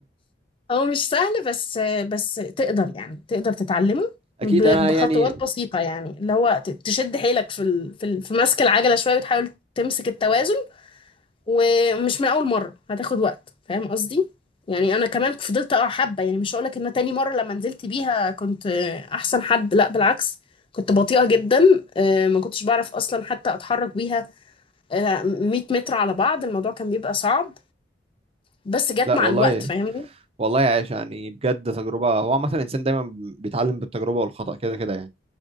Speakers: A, on the left; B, on the right.
A: هو مش سهل بس بس تقدر يعني تقدر تتعلمه ب-
B: اكيد انا
A: بخطوات
B: يعني
A: بسيطة يعني اللي هو ت- تشد حيلك في ال... في, ال... في مسك العجلة شوية وتحاول تمسك التوازن ومش من أول مرة هتاخد وقت فاهم قصدي؟ يعني أنا كمان فضلت أقع حبة يعني مش هقولك إن أنا تاني مرة لما نزلت بيها كنت أحسن حد لأ بالعكس كنت بطيئة جدا آه، ما كنتش بعرف أصلا حتى أتحرك بيها آه، 100 متر على بعض الموضوع كان بيبقى صعب بس جت
B: لا
A: مع
B: والله
A: الوقت فاهمني؟
B: والله عايش يعني بجد تجربة هو عامة الانسان دايما بيتعلم بالتجربة والخطأ كده كده يعني